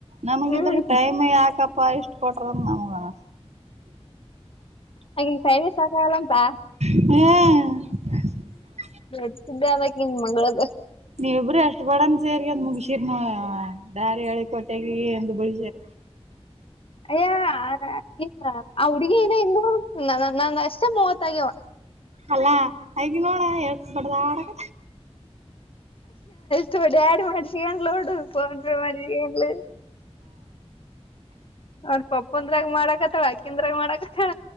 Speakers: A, on the right; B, on the left.
A: ನಮಗಿದ್ರೆ
B: ಹ್ಮ್
A: ಟೈಮ್ ಯಾಕಪ್ಪ ತ ಇಷ್ಟು ಕೊಟ್ರ ನಮಗ ಅನ
B: ಅ ಕೈವೆ ಸಾಕಾಗಲ್ಲಂಂತಾ
A: ಹ್ಮ್
B: ದಸ್ದ ಆಕನ್ ಮಂಗಗಳ
A: ನೀವ ಇಬರು ಎಷ್ಟ್ ಬಡನ್ ಸೇರಿ ಅಂದ ಮುಗಸಿರನು ದಾರಿ ಹೇಳಳಿ ಕೊಟೆಗೆ ಒಂದ ಬಿಳಸರ
B: ಅಯ್ಯ ಈಗ ಆ ಹುಡುಗಿ ನ ಇ ನಾನ ನಾನ ಅಷ್ಟೇ ಮೂವತ್ತ ಆಗ್ಯವ
A: ಅಲ್ಲಾ ಆಗ ನೋಡ ಎಳ್ಸಬಡ್ದ ಆಡಕ
B: ತ ಆಡ್ ಮಾಡ್ <unintelligible> ಪಟ ಮಲ್ಲ ಅವ್ರ ಪಪ್ಪಂದ್ರಾಗ ಮಾಡಕತ್ತಾವ ಅಕ್ಕಂದ್ರಾಗ ಮಾಡಕತ್ತಳ